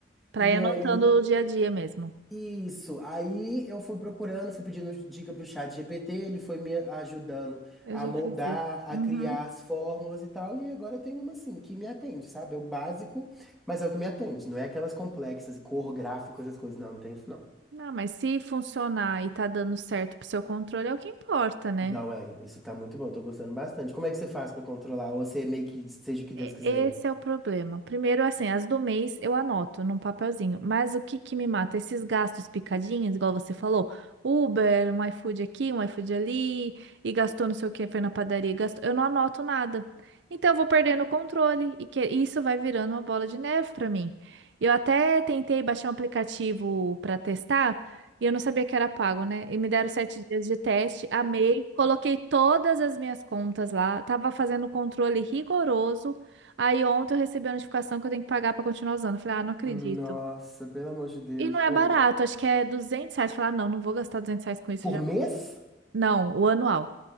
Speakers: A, on the right; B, in the centre.
A: para
B: e
A: ir anotando
B: aí,
A: o dia a dia mesmo.
B: isso, aí eu fui procurando, fui pedindo dica pro chat GPT, ele foi me ajudando
A: Eu
B: a
A: já
B: moldar,
A: fiz isso.
B: a
A: Uhum.
B: criar as fórmulas e tal, e agora eu tenho uma assim, que me atende, sabe? É o básico, mas é o que me atende, não é aquelas complexas, cor, gráfico, essas coisas, não, não tem isso não.
A: Não, mas se funcionar e tá dando certo pro seu controle, é o que importa, né?
B: Não é, isso tá muito bom, tô gostando bastante. Como é que você faz pra controlar? Ou você meio que seja o que Deus
A: E-
B: quiser?
A: Esse é o problema. Primeiro, assim, as do mês eu anoto num papelzinho, mas o que que me mata? Esses gastos picadinhos, igual você falou, Uber, um iFood aqui, um iFood ali, e gastou não sei o que, foi na padaria, e gastou. Eu não anoto nada. Então, eu vou perdendo o controle, e que- e isso vai virando uma bola de neve para mim. Eu até tentei baixar um aplicativo para testar, e eu não sabia que era pago, né? E me deram sete dias de teste, amei, coloquei todas as minhas contas lá, tava fazendo um controle rigoroso. Aí ontem eu recebi a notificação que eu tenho que pagar pra continuar usando. Eu falei, ah, não acredito.
B: Nossa, pelo amor de Deus.
A: E não é
B: Ou-
A: barato, acho que é duzentos reais. Eu Falei, ah, não, não vou gastar 200 reais com isso
B: por
A: já.
B: mês?
A: Não, o anual.